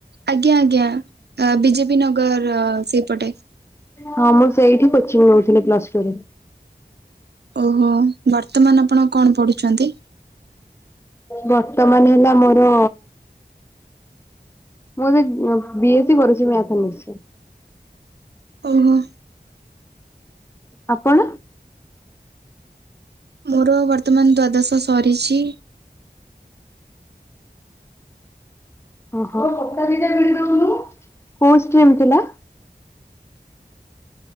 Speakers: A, on the right; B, on the left.
A: ଆଜ୍ଞା ଆଜ୍ଞା ବି ଜେ ପି ନଗର ସେପଟେ।
B: ହଁ ମୁଁ ସେଇଠି କୋଚିଂ ନଉଥିଲି ପ୍ଲସ ଟୁ ରେ।
A: ଓହୋ ବର୍ତ୍ତମାନ ଆପଣ କଣ ପଢୁଛନ୍ତି?
B: ବର୍ତ୍ତମାନ ହେଲା ମୋର ମୁଁ ଏବେ ବି ଏସ ସି କରୁଛି ମ୍ୟାଥ ଅନର୍ସ ରେ।
A: ଓହୋ।
B: ଆପଣ?
A: ମୋର ବର୍ତ୍ତମାନ ଦ୍ଵାଦଶ ସରିଛି।
B: <inaudible> ଓହୋ। କୋଉ ଷ୍ଟ୍ରିମ୍ ଥିଲା?